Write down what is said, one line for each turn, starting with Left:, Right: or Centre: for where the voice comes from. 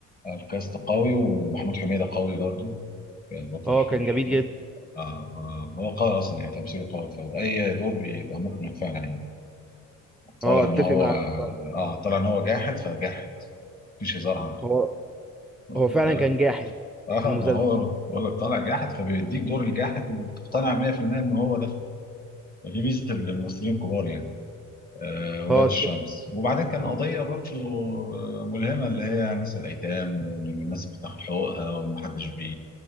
Left: آه، الكاست قوي ومحمود حميدة قوي برضه بطل
Centre: اه
Left: في
Centre: كان جميل
Left: ال-
Centre: جدا
Left: آه آه، هو قوي أصلا يعني تمثيله قوي فأي دور بيبقى مقنع فعلا يعني
Centre: اه
Left: طالع
Centre: اتفق
Left: إن هو
Centre: معاك
Left: اه
Centre: بصراحة.
Left: آه، طالع إن هو جاحد فجاحد مفيش هزار عنده
Centre: هو
Left: واخد
Centre: هو فعلا
Left: بالك
Centre: كان جاحد
Left: اه
Centre: المسلسل
Left: ما هو بقول لك طالع جاحد فبيديك دور الجاحد وبتقتنع 100% ان هو ده دي ميزه الممثلين الكبار يعني آه ولاد
Centre: اه
Left: الشمس
Centre: اتفق.
Left: وبعدين كان قضيه برضه آه، ملهمه اللي هي ناس الايتام والناس بتاخد حقوقها ومحدش بي